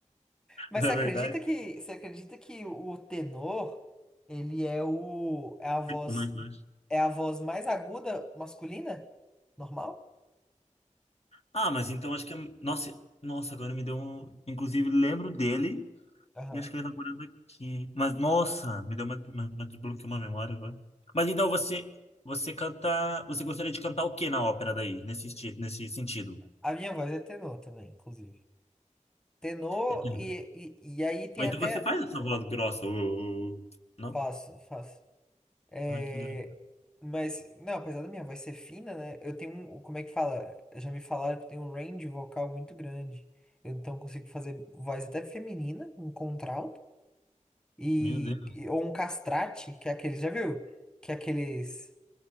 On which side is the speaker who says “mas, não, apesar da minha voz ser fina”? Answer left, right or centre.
Centre